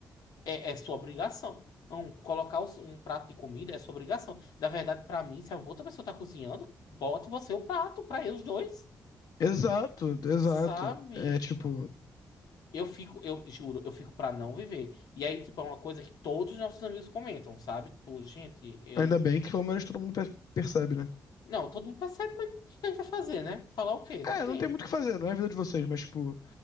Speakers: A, on the left; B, on the left.
A: É, é sua obrigação. Não, colocar os- um prato de comida é sua obrigação. Na verdade, pra mim, se a outra pessoa tá cozinhando, bote você o prato pra eles dois,
B: Exato, exato.
A: sabe?
B: É tipo,
A: Eu fico, eu juro, eu fico pra não viver. E aí, tipo, é uma coisa que todos os nossos amigos comentam, sabe? Tipo, gente, eu.
B: ainda bem que pelo menos todo mundo per- percebe, né?
A: Não, todo mundo percebe, mas o que a gente vai fazer, né? Falar o quê? Não
B: É,
A: tem.
B: não tem muito o que fazer, não é a vida de vocês, mas tipo,